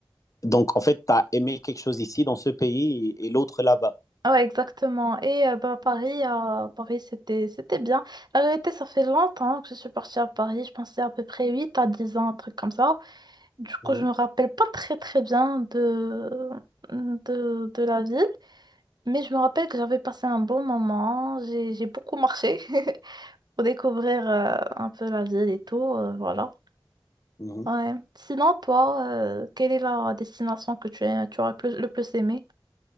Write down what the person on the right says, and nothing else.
Ouais, exactement. Et euh, bah, Paris, euh, Paris c'était c'était bien. La vérité, ça fait longtemps que je suis partie à Paris. Je pensais à peu près 8 à 10 ans, un truc comme ça. Du
coup, je me rappelle pas très très bien de, de, de la ville. Mais je me rappelle que j'avais passé un bon moment. J'ai, j'ai beaucoup marché <laughs> pour découvrir euh, un peu la ville et tout. euh, voilà.
Ouais. Sinon, toi, euh, quelle est la destination que tu, as- tu aurais plus- le plus aimé?